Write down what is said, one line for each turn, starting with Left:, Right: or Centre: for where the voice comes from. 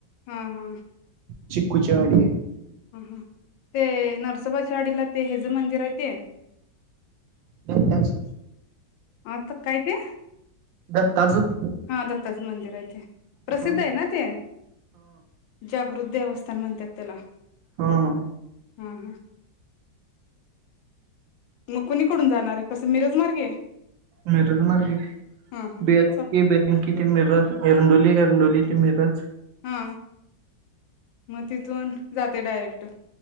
Left: हम् हम्-
Right: चिक्कुचेवाडी
Left: ह ह ते नरसोबाच्या वाडीला ते हेज मंदिर आहे ते
Right: दत्ताच
Left: आता काय ते
Right: दत्ताचं
Left: हा दत्ताचे मंदिर आहे ते प्रसिद्ध
Right: हा
Left: आहे ना ते जागृत देवस्थान काय म्हणत्यात त्याला
Right: हा हं
Left: हा हा मग कुणीकडून जाणार आहे कस मिरज मार्गे
Right: मिरज मार्गे
Left: हा हा
Right: बे <unintelligible>
Left: चा
Right: किती मिरत एरंडोली एरंडोली ते मिरज
Left: हा मग तिथून जाते डायरेक्ट